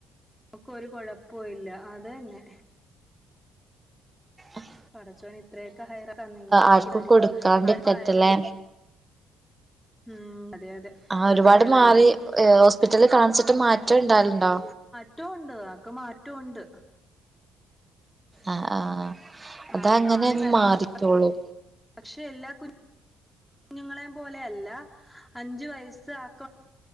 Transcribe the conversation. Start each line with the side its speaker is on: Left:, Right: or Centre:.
Centre: നമുക്കൊ ഒരു കുഴപ്പവും ഇല്ല അത് തന്നെ
Right: ആഹ
Centre: പടച്ചോന് ഇത്രയൊക്കെ ഹയറ തന്ന ഇനി ആക്കി
Right: ആർക്കും കൊടുക്കാണ്ടിരിക്കട്ടെല്ലേ
Centre: ആപ്പായരുന്നു ഉം അതെ അതെ
Right: ആഹ
Centre: അത്
Right: ഒരുപാട്
Centre: പറയുന്നുള്ളൂ
Right: മാറി ഹോസ്പിറ്റലിൽ കാണിച്ചിട്ട് മാറ്റം ഇണ്ടലുണ്ടോ
Centre: മാറ്റുണ്ട് ആക്ക് മാറ്റുണ്ട്
Right: ആഹ ആഹ അത
Centre: ആള്
Right: അങ്ങനെ
Centre: മാറി
Right: അങ്ങ്
Centre: വരുന്നുണ്ട്
Right: മാറിക്കോളൂ
Centre: പക്ഷെ എല്ലാ കു കുഞ്ഞുങ്ങളെയ പോലെല്ല അഞ്ച് വയസ് ആ <unintelligible>